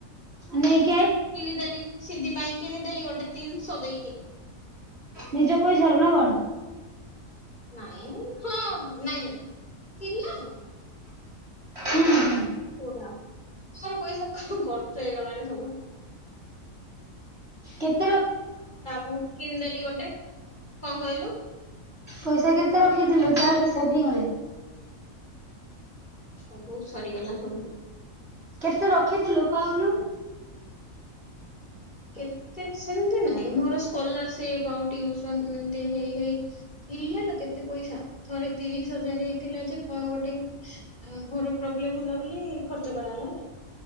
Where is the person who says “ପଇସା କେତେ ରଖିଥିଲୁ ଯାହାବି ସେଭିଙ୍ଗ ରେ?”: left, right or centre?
Right